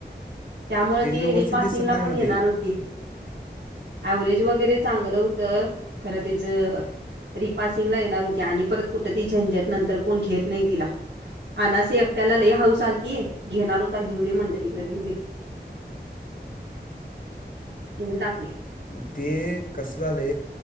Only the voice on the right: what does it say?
त्यामुळे
ती,
रि पासिंगला
पण
येणार
हुती. अवरेज वगैरे चांगलं हुतं, खरं तीचंऽ रिपासिंग ला येणार हुती, आणि परत कुठं ती झंझट, नंतर कोण घेत नाही तिला, अनायसे एकट्याला लई हाऊस आलती,, घेणार होता घेऊ देे म्हणल तिकडं, घिऊ दे. घीऊन टाकऽ